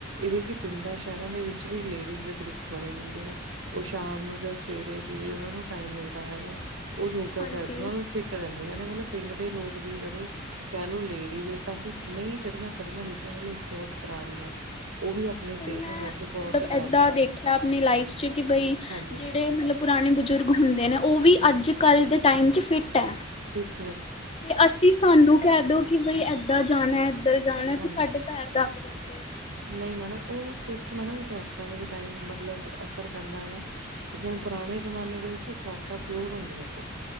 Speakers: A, on the right; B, on the left.
A: ਇਵੇਂ ਕਿ ਪਿੰਡਾਂ ਸ਼ਹਿਰਾਂ ਦੇ ਵਿੱਚ ਵੀ ਲੇਡੀਜ਼ ਦੇ ਗਰੁੱਪ ਬਣੇ ਉਹ ਸ਼ਾਮ ਨੂੰ ਜਾਂ ਸਵੇਰੇ ਜਿਵੇਂ ਉਹਨਾ ਨੂੰ ਟਾਈਮ ਮਿਲਦਾ ਹੈਗਾ ਉਹ ਯੋਗਾ
B: ਹਾਂਜੀ
A: ਕਰਦੀਆਂ ਉਹ ਫਿਟ ਰਹਿੰਦੀਆਂ ਨੇ ਮਤਲਬ ਪਿੰਡ ਦੇ ਲੋਕ ਵੀ ਜਿਹੜੇ ਕਹਿ ਲਓ ਲੇਡੀਜ਼ ਕਾਫੀ ਨਹੀਂ ਜਿਹੜੀਆਂ ਪੜ੍ਹੀਆਂ ਲਿਖੀਆਂ ਮਤਲਬ ਬਹੁਤ ਪੁਰਾਣੀਆਂ ਉਹ ਵੀ ਆਪਣੀ
B: ਹੁਣ
A: ਸਿਹਤ
B: ਮੈਂ
A: ਨੂੰ ਲੈ ਕੇ ਬਹੁਤ
B: ਮਤਲਬ
A: ਜਾਗਰੂਕ
B: ਏਦਾਂ ਦੇਖਿਆ ਆਪਣੀ ਲਾਈਫ 'ਚ ਕਿ ਬਾਈ
A: ਹਾਂਜੀ
B: ਜਿਹੜੇ ਮਤਲਬ ਪੁਰਾਣੇ ਬਜ਼ੁਰਗ ਹੁੰਦੇ ਨੇ ਉਹ ਵੀ
A: ਜੀ
B: ਅੱਜ ਕੱਲ੍ਹ ਦੇ ਟਾਈਮ 'ਚ ਫਿੱਟ ਹੈ।
A: ਇੱਕ
B: ਤੇ ਅਸੀਂ ਸਾਨੂੰ ਕਹਿ ਦੋ ਕਿ ਬਈ ਏਦਾਂ ਜਾਣਾ ਇੱਧਰ ਜਾਣਾ
A: ਹਾਂਜੀ
B: ਤੇ ਸਾਡੇ ਪੈਰ ਥਕ ਜਾਂਦੇ ਆ
A: ਨਹੀਂ ਮੈਡਮ ਉਹ ਕੁਛ ਮੈਡਮ ਖੁਰਾਕਾਂ ਦਾ ਵੀ ਟਾਈਮ ਮਤਲਬ ਅਸਰ ਪੈਂਦਾ ਹੈਗਾ ਹੁਣ ਪੁਰਾਣੇ ਜਮਾਨੇ ਦੇ ਵਿੱਚ ਖੁਰਾਕਾਂ ਪਿਓਰ ਹੁੰਦੀਆਂ ਸੀ